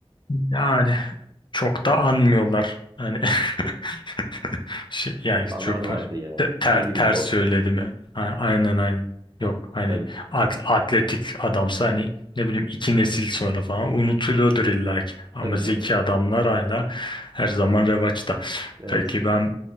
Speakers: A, on the left; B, on the right.
A: Yani çok da anmıyorlar. Hani <laughs> şey, yani
B: Abi, Anarlardı
A: çok
B: ya.
A: te- ter,
B: Ne bileyim
A: ters
B: orta.
A: söyledim ya. A- Aynen aynen.
B: Heh,
A: Yok hani
B: tabii.
A: at- atletik adamsa hani ne bileyim iki nesil sonra falan unutuluyordur illa ki. Ama
B: Tabii
A: zeki
B: canım.
A: adamlar hala her zaman revaçta.
B: Evet.
A: Peki ben